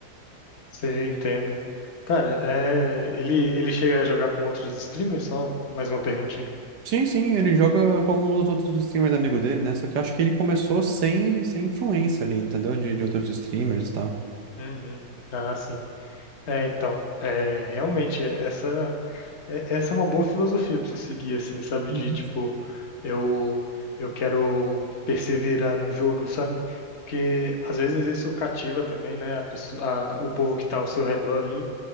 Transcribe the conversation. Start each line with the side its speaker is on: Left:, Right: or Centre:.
Left: Você entendo. Cara, é, ele, ele chega a jogar com outros streamers? Só mais uma perguntinha.
Right: Sim, sim, ele joga com alguns dos outros streamers amigos dele, né? Só que eu acho que ele começou sem, sem influência ali, entendeu? De, de outros streamers e tal.
Left: Uhum. Ah, sim. É, então, é, realmente, é- essa, é- essa é uma boa filosofia pra você seguir, assim, sabe?
Right: Uhum.
Left: De, tipo, eu, eu quero perseverar no jogo, sabe? Porque, às vezes, isso cativa também, né? A pessoa, a- o povo que tá ao seu redor ali.